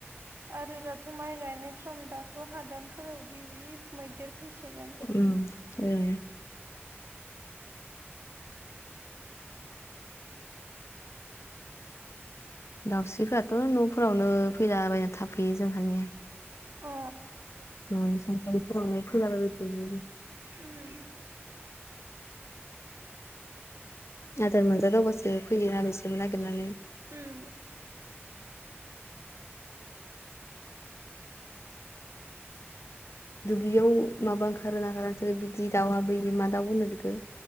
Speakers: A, on the right; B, on the left.
A: आरो दाथ' माइ गायनाय सम दाथ' हादानफोरावदि जि मैदेर फैसोगोन।
B: उम ओं। दाउस्रिफोराथ' न'फोरावनो फैलाबायना थाफैयो जोंहानिया।
A: अ
B: न सानथलि। दंनाय फुलालायबायदि द।
A: उम
B: आदार मोनजादावबासो फैयो होननानैसोबो नागिरनानै
A: उम।
B: दुब्लियाव माबा ओखारोना ओखारा बिदि दाउआ बै मा दाउ होनो बेखौ